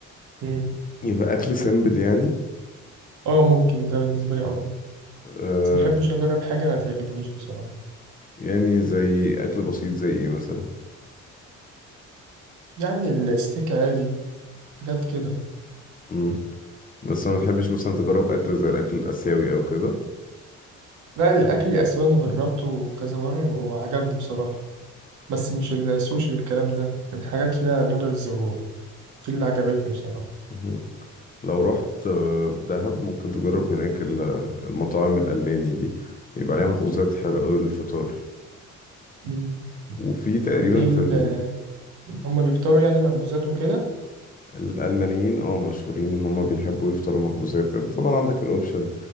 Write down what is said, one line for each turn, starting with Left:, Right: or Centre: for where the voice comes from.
Right: مم.
Left: يبقى اكل سيمبل يعني
Right: اه ممكن ده بالنسبة لي أفضل
Left: آه
Right: بس مبحبش أجرب حاجة ما تعجبنيش بصراحة
Left: يعني زي اكل بسيط زي ايه مثلا
Right: يعني الستيك عادي حاجات كده
Left: امم بس ما تحبش مثلا تجرب اكل زي الاكل الاسيوي او كده
Right: لا الأكل الآسيوي أنا جربته كذا مرة وعجبني بصراحة بس مش السوشي والكلام ده كان حاجات فيها نودلز ودي اللي عجبتني بصراحة
Left: مهم. لو رحت آه، دهب ممكن تجرب هناك ال- المطاعم الالماني دي يبقى عليها مخبوزات حلوه قوي للفطار
Right: مم.
Left: وفي تقريبا
Right: طب دي ال-
Left: في ال...
Right: هما بيفطروا يعني مخبوزات وكده
Left: الالمانيين اه مشهورين ان هم بيحبوا يفطروا مخبوزات انت طبعا عندك الاوبشن